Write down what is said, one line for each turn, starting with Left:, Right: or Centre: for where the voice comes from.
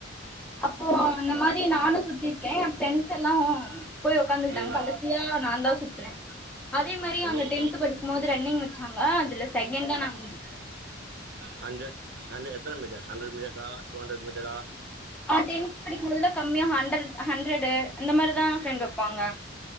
Centre: அப்போ அந்த மாரி நானு சுத்திருக்கே ஃப்ரண்ட்ஸெல்லா போயி உக்காந்துட்டாங்க
Right: ம்
Centre: கடைசியா நா தா சுத்துன அதே மாரி
Right: அப்ப
Centre: அங்க
Right: நீங்க
Centre: டென்த் படிக்கும்போது து ரன்னிங் வச்சாங்க அதுல செகண்ட் தா நா வந்தே
Right: ஹண்டர் ஹண்டர் எத்தன மீட்டர்ஸ் ஹண்ரட் மீட்டர்ஸா டூ ஹண்ட்ரட் மீட்டரா
Centre: அ டென்த் படிக்கும் போதுல்லா கம்மியா ஹண்டர் ஹண்டர்டு இந்த மாரிதா ஃப்ரெண்ட்
Right: ம்
Centre: வைப்பாங்க